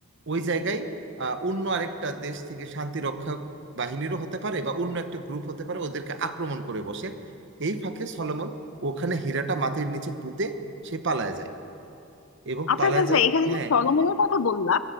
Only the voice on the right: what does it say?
ওই জায়গায় আহ, অন্য আরেকটা দেশ থেকে শান্তি রক্ষা বাহিনীরও হতে পারে বা অন্য একটা গ্রুপ হতে পারে ওদেরকে আক্রমণ করে বসে এই ফাঁকে সলোমন ওখানে হীরাটা মাটির নিচে পুঁতে সে পালায় যায় এবং
পালায়
যাওয়ার
হ্যাঁ